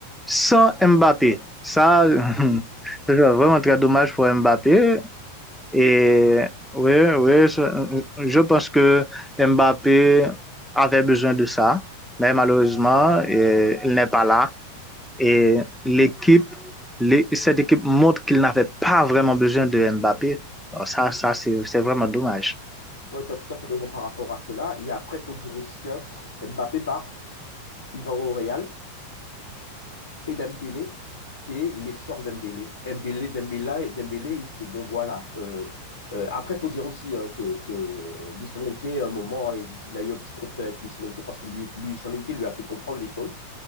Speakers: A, in the centre; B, on the left.
A: sans Mbappé. Ça, <laughs> ce serait vraiment très dommage pour Mbappé. Et oui, oui, je, je pense que Mbappé avait besoin de ça. Mais malheureusement, eh, il n'est pas là. Et l'équipe, cette équipe montre qu'il n'avait pas vraiment besoin de Mbappé. Alors ça, ça, c'est, vraiment dommage.
B: Ouais, tu as tout à fait raison par rapport à cela. Et après, il faut dire aussi, hein, Mbappé part, il va au Real. Et Dembélé, c'est l'essor Dembélé. Dembélé, Dembélé, Dembélé, il fait bon, voilà. euh, euh, après, il faut dire aussi hein, que, que Luis Enrique, à un moment, il, il a eu un petit conflit avec Luis Enrique parce que lui, Luis Enrique lui a fait comprendre les choses.